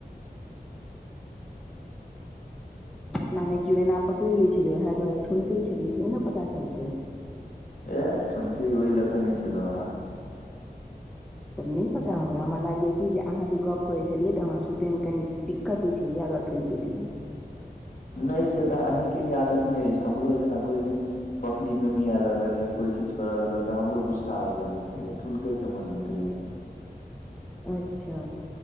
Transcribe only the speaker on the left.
ए ठुनके ओहि लऽ कऽ नहि छलहु अहाँ
नहि से तऽ अहींके आदत नहि अछि हमरो जेना कोई नहि बकरी मियिया लगल या कोई किछ करे लगल त हमरो गुस्सा आवे लगैत रहेया ठुननके के मन होइत रहया